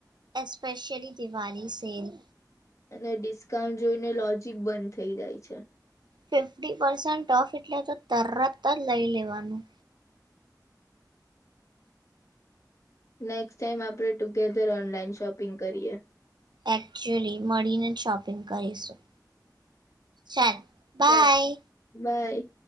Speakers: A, on the right; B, on the left.
A: Especially Diwali sale.
B: અને ડિસ્કાઉન્ટ જોઈને લોજિક બંધ થઈ જાય છે.
A: ફિફ્ટી પર્સન્ટ ઓફ એટલે તો તરત જ લઈ લેવાનું.
B: નેક્સ્ટ ટાઈમ આપણે ટુગેધર ઓનલાઈન શોપિંગ કરીએ.
A: એકચુલી મળીને જ શોપિંગ કરીશું, ચાલ. બાય
B: ચાલ, બાય.